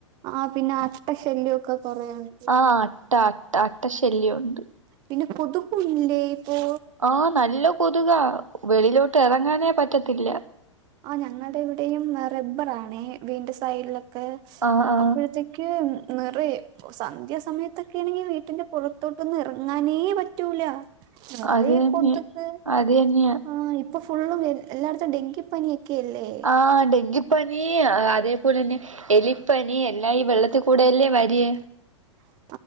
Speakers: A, on the right (about 25°); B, on the right (about 80°).
A: ആഹ്, പിന്ന അട്ടശല്ല്യോക്ക കൊറേയുണ്ട്.
B: ആഹ് അട്ട, അട്ട, അട്ട ശല്ല്യോണ്ട്.
A: പിന്നെ കൊതുകുല്ലേ ഇപ്പോ.
B: ആഹ് നല്ല കൊതുകാ വെളിയിലോട്ട് എറങ്ങാനേ പറ്റത്തില്ല.
A: ആ ഞങ്ങടെ ഇവിടെയും റബ്ബറാണേ വീട്ന്റെ സൈഡിലെ ക്കെ
B: ആ ആ
A: അപ്പോഴത്തേക്ക് നിറയും. ഓഹ്, സന്ധ്യ സമയത്തൊക്കേണെങ്കിൽ വീട്ടിന്റെ പുറത്തോട്ടൊന്നും എറങ്ങാനേ പറ്റൂല. നിറയെ
B: അത് തന്നെ
A: കൊതുക്
B: അതെന്നെയ.
A: ആ ഇപ്പൊ ഫുള്ളും എല്ലായിടത്തും ഡെങ്കിപ്പനിയൊക്കെല്ലേ.
B: ആഹ് ഡെങ്കിപ്പനീ അതേപോലെന്നെ എലിപ്പനി എല്ലാ ഈ വെള്ളത്തി കൂടെയല്ലേ വര്
A: <inaudible>